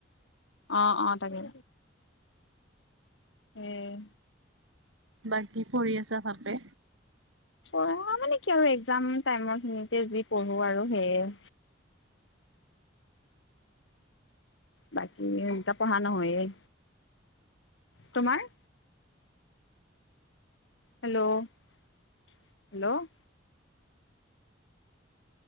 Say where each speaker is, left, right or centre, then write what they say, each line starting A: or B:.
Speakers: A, on the left; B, on the right.
A: অ ', অ', তাকে। এহ,
B: বাকী পঢ়ি আছা ভালকে।
A: পঢ়া মানে কি আৰু এক্সাম টাইমৰ খিনিতে যি পঢ়ো আৰু সেইয়ে। বাকী এা পঢ়া নহয়েই। তোমাৰ? Hello, -hello ',